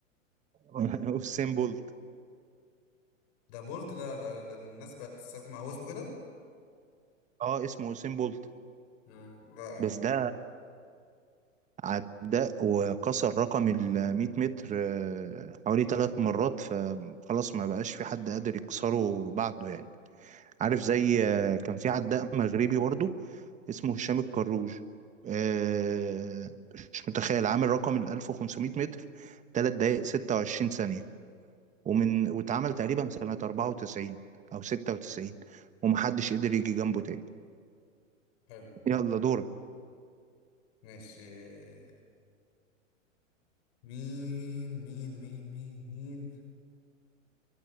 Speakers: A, on the right; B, on the left.
A: <laughs> وسين بولت
B: ده بولت ده ده, ده الناس بقت تسمع هو اسمه كده؟
A: اه اسمه وسين بولت
B: مم، لا ما
A: بس
B: اعرف
A: ده عداء وكسر رقم ال 100 متر آه، حوالي ثلاث مرات فخلاص ما بقاش في حد قادر يكسره بعده يعني عارف زي آه، كان في عداء مغربي برضه اسمه هشام الكروج آه، مش متخيل عامل رقم ال 1500 متر 3 دقائق 26 ثانية ومن واتعمل تقريبا سنة 94 أو 96 ومحدش قدر يجي جنبه تاني
B: حلو ده
A: يلا دورك
B: ماشي آه، مين مين مين مين مين